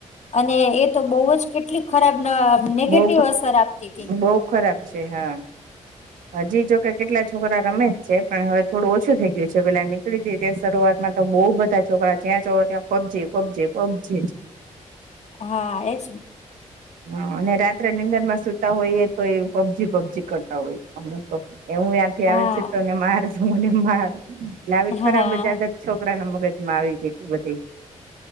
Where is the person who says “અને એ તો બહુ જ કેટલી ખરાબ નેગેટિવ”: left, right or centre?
Left